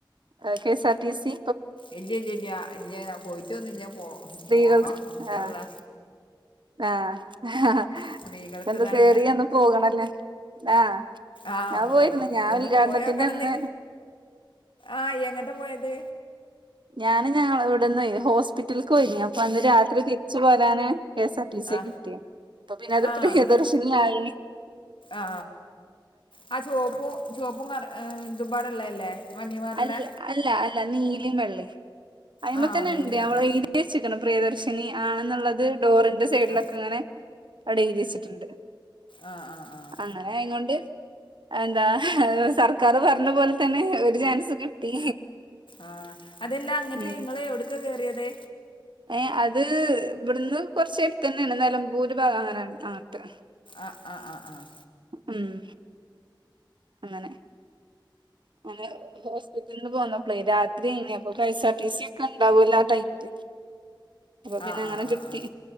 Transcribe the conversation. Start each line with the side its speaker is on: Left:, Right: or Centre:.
Right: ഏഹ് കേസാർടീസി
Left: ഇല്ലല്യല്യ ല്ല്യ ഞാ പോയിട്ടൊന്നുല്ല പോ
Right: സ്ത്രീകൾ
Left: പോണം ഇൻഷാഅള്ള.
Right: ആഹ് ആഹ് ഹ്ഹഹ
Left: സ്ത്രീകൾക്ക്
Right: എന്നും
Left: ഇതാണ്
Right: കേറി എന്നും പോകണല്ലേ ആഹ്.
Left: ആഹ്,
Right: ഞാൻ
Left: പോയ്
Right: പോയിരുന്നു ഞാൻ
Left: ഒന്ന്
Right: ഉദ്ഘാടനത്തിന്റെ
Left: പോയോക്കണന്ന്.
Right: അന്ന്
Left: ആഹ് യെങ്ങട്ട പോയത്?
Right: ഞാൻ ഞങ്ങളിവിട്ന്ന് ഹോസ് പിറ്റൽക്ക് പോയിനീ, അപ്പൊ അന്ന് രാത്രി തിരിച്ചു പോരാന് കെ എസ്ആർ ടി സിയെ
Left: ആ
Right: കിട്ടിയെ. അപ്പൊ പിന്നെ അത്
Left: ആ
Right: പ്രിയദർശിനിയായി.
Left: അങ്ങ് ആ ആ ചെവപ്പ് ചെവപ്പും കറ ഇതുബാർ ഉള്ളതല്ലേ മഞ്ഞബാറിലെ
Right: അല്ല അല്ല അല്ല നീലെ, വെള്ളയെ അയിമെ
Left: ആ
Right: തന്നെ
Left: നീലിമല്ലേ
Right: ഇണ്ട് അവിടെ എഴുതി വെച്ചിക്ക്ണു പ്രിയദർശിനി ആണെന്നുള്ളത് ഡോറിന്റെ സൈഡിലൊക്കെ
Left: ആ
Right: ഇങ്ങനെ. അവടെ എഴുതി വെച്ചിട്ടുണ്ട്.
Left: ആഹ് ആഹ് ആഹ്
Right: അങ്ങനെ ആയത്കൊണ്ട് എന്താ സർക്കാർ പറഞ്ഞപോലെ തന്നെ ഒരു ചാൻസ്. കിട്ടി
Left: ആഹ് അതെല്ലാ അങ്ങട്ട്
Right: ഉം
Left: നിങ്ങളെ എവിടെക്കാ കേറിയത്.
Right: ഏ അത് ഇവിടുന്ന് കൊറച്ച് എടുത്ത് നടന്നാലും മ്പൂരിഭാഗം അങ്ങനെയാണ് അങ്ങനത്തെ
Left: ആഹ് ആഹ് ആഹ് ആഹ്
Right: ഉം അങ്ങനെ നമ്മള് ഹോസ്പിറ്റലിന്ന് പോന്നപ്പളേ രാത്രി കഴിഞ്ഞ് അപ്പൊ കെഎസ്ആർടിസി ഒണ്ടാവൂല്ലോ ആ ടൈമില്. അപ്പൊ പിന്നെ
Left: ആഹ്
Right: അങ്ങനെ
Left: ആഹ് ആഹ്
Right: കിട്ടി
Left: ആഹ്